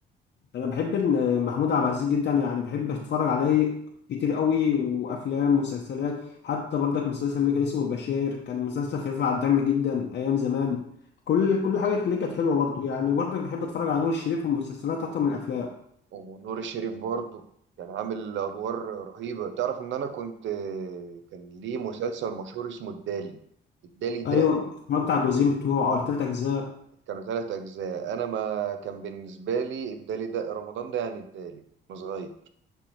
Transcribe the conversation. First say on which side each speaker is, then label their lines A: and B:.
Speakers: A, on the left; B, on the right.
A: انا بحب ان محمود عبد العزيز جدا يعني بحب اتفرج عليه كتير قوي وافلام ومسلسلات حتى برضك مسلسل اللي كان اسمه البشاير كان مسلسل خفيف على الدم جدا ايام زمان كل كل حاجه اللي كانت حلوه برضه يعني وبرضك بحب اتفرج على نور الشريف والمسلسلات اكتر من الافلام
B: ونور الشريف برضه كان عامل ادوار رهيبه تعرف ان انا كنت كان ليه مسلسل مشهور اسمه الدالي الدالي ده
A: ايوه اتفرجت على الجزئين بتوعه او التلات اجزاء
B: كانوا ثلاث أجزاء أنا ما كان بالنسبة لي الدالي ده رمضان ده يعني الدالي وأنا صغير